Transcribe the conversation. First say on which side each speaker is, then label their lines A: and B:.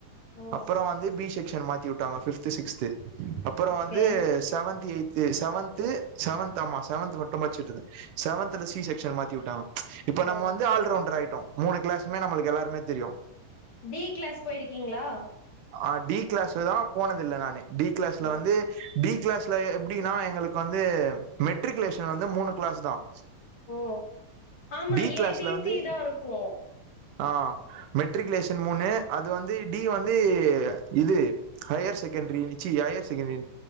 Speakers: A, on the left; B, on the right.
A: ஓ
B: அப்புறம் வந்து பி சேக்ஷ்ஸ் மாத்தி விட்டாங்க பிப்து சிக்ஸ்து அப்புறம்
A: ஓகே
B: வந்து செவன்த் எயித் செவன்த் செவன்த் ஆமா செவன்த் மட்டும்ச்சு செவன்த்ல சி செக்ஷன் மாத்தி விட்டாங்க இப்ப நம்ம
A: ஓ
B: வந்து ஆல்ரவுண்டர் மூணு கிளாஸ்மே நம்மளுக்கு எல்லாருமே தெரியும்
A: டி கிளாஸ் போயிருக்கீங்களா
B: ஆஹ டி கிளாஸ் தான் போனதில்லை நானு டி கிளாஸ்ல
A: ஓ
B: வந்து டி கிளாஸ்ல அப்புடின்னா எங்களுக்கு வந்து மெட்ரிகுலேஷன் வந்து மூணு கிளாஸ் தான்
A: ஓ ஆமா
B: டி கிளாஸ்ல
A: ஏபிசி
B: வந்து
A: தான் இருக்கும்
B: ஆ மெடரிக்லேஷன் மூணு அது வந்து டி வந்து இது ஹையர் செகண்டரி சிச் ஹையர் செகண்டரி